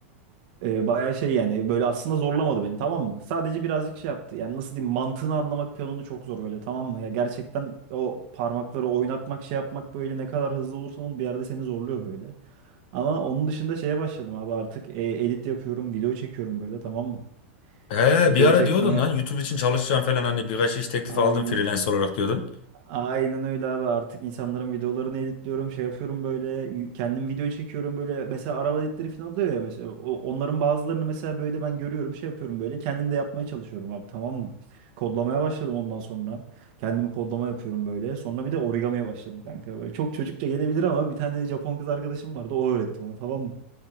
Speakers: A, on the right (about 40°); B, on the left (about 45°).
A: E, bayağı şey yani böyle aslında zorlamadı beni tamam mı? Sadece birazcık şey yaptı. Yani nasıl diyeyim mantığını anlamak piyanonun çok zor böyle tamam mı? Ya gerçekten o parmakları oynatmak şey yapmak böyle ne kadar hızlı olursan ol bir yerde seni zorluyor böyle. Ama onun dışında şeye başladım abi artık e, edit yapıyorum video çekiyorum böyle tamam mı?
B: Ee
A: Video
B: bir ara
A: çekmeye
B: diyordun lan YouTube için çalışacağım falan hani birkaç iş teklifi
A: aynen.
B: aldım freelance olarak diyordun.
A: Aynen öyle abi artık insanların videolarını editliyorum şey yapıyorum böyle y- kendim video çekiyorum böyle mesela araba editleri falan oluyor ya mesela o- onların bazılarını mesela böyle ben görüyorum şey yapıyorum böyle kendim de yapmaya çalışıyorum abi tamam mı? Kodlamaya başladım ondan sonra kendimi kodlama yapıyorum böyle sonra bir de origamiye başladım kanka böyle çok çocukça gelebilir ama bir tane Japon kız arkadaşım vardı o öğretti bana tamam mı?